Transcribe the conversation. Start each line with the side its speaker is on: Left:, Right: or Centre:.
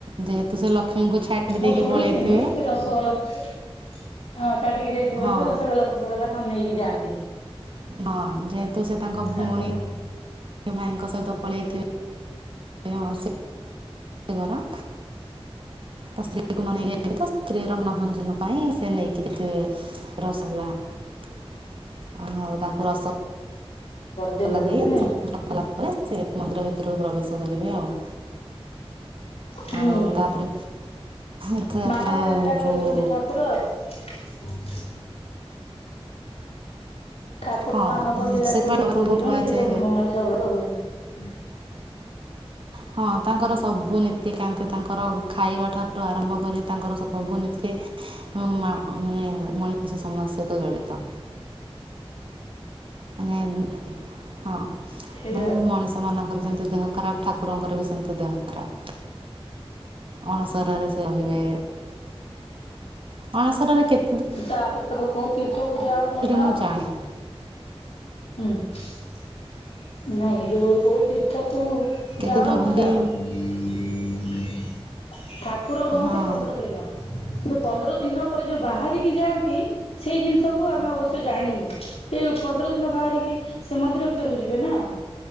Right: ଯେହେତୁ ସେ ଲକ୍ଷ୍ମୀଙ୍କୁ ଛାଡ଼ି
Left: ମୁଁ
Right: ଦେଇକି
Left: ଶୁଣିଥିଲି
Right: ପଳେଇଥିବେ
Left: କି ରସଗୋଲା <unintelligible> ହଁ ଛାଡିକି ଯାଇଥିବେ
Right: ହଁ
Left: ବୋଲି ରସଗୋଲା ଫସଗୋଲା କଣ ନେଇକି ଯାଆନ୍ତି।
Right: ହଁ ଯେହେତୁ ସେ ତାଙ୍କ
Left: ଠାକୁର
Right: ଭଉଣୀ ଏ ଭାଇଙ୍କ ସହିତ ପଳେଇଥିବେ ହଁ ସେ ସେ ଘର ସ୍ତ୍ରୀ କି ତ ମନେଇବେ। ଏଇଟା ତ ସ୍ତ୍ରୀ ର ମନ ଭଞ୍ଜନ ପାଇଁ ସେ ନେଇକି ଯାଇଥିବେ ରସଗୋଲା। ଉଁ ଆଉ ତାଙ୍କୁ ରସ
Left: ଦେବେ
Right: ଗୋଲା
Left: ବୋଲି
Right: ଦେଇ
Left: ନାଇଁ
Right: ସନ୍ତୁଷ୍ଟ କଲା ପରେ ସେ ମନ୍ଦିର ଭିତରକୁ ପ୍ରବେଶ କରିବେ ଆଉ।
Left: ହୁଁ।
Right: ଆଉ ତାପରେ ରଥଯାତ୍ରା
Left: ମାନବ ଲୀଳା
Right: ଯୋଉ
Left: ଖେଳୁଚନ୍ତି ଠାକୁର ଆଉ। ଠାକୁର
Right: ହଁ
Left: ମାନବ ଲୀଳା
Right: ସେଥିପାଇଁ
Left: ଖେଳୁଚି
Right: ଲୋକଙ୍କୁ
Left: ସେଇଥିପାଇଁ
Right: କୁହାଯାଏ
Left: ସେ ସବୁ ମଣିଷ ଭାବରେ ସବୁ ଜିନି
Right: ହଁ ତାଙ୍କର ସବୁ ନୀତିକାନ୍ତି ତାଙ୍କର ଖାଇବା ଠାଠୁ ଆରମ୍ଭ କରି ତାଙ୍କର ସବୁ ନୀତି <unintelligible> ଦେଶ ସମାଜ ସହିତ ଜଡ଼ିତ। ମାନେ ମୁ। ହଁ
Left: ଏଇଆ
Right: ଉମ୍ ମଣିଷ ମାନଙ୍କର ଯେମିତି ଦେହ ଖରାପ ଠାକୁରଙ୍କର ବି ସେମତି ଦେହ ଖରାପ। ଅଣସରରେ ସେ ରହିବେ। ଅଣସରରେ କେତ୍
Left: ତାପରେ ତମେ କୋଉ ତୀର୍ଥକୁ ଯାଅ ନ ଯାଅ
Right: ମୁଁ ଜାଣିନି
Left: ହୁଁ ନାଇଁ ଯୋଉ କୋଉ ତୀର୍ଥ କୁ
Right: କେତେ
Left: ଯାଅ
Right: ଦିନ
Left: ନ
Right: ରୁହନ୍ତି
Left: ଯାଅ ଠାକୁର ରୁହନ୍ତି
Right: ହଁ
Left: ପନ୍ଦର ଦିନ କିନ୍ତୁ ପନ୍ଦର ଦିନ ପରେ ଯୋଉ ବାହାରିକି ଯାଆନ୍ତି, ସେଇ ଜିନିଷକୁୁ ଆମେ ଅବଶ୍ୟ ଜାଣିନୁ ସେ ପନ୍ଦର ଦିନ ବାହାରିକି ଶ୍ରୀ ମନ୍ଦିର ଭିତରକୁ ଯିବେ ନା।